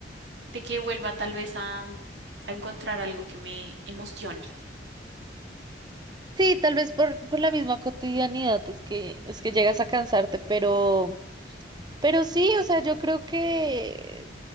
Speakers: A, on the right (about 70°); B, on the right (about 25°).
A: de que vuelva tal vez a, a encontrar algo que me emocione.
B: Sí, tal vez por, por la misma cotidianidad es que, es que llegas a cansarte, pero, pero sí, o sea, yo creo que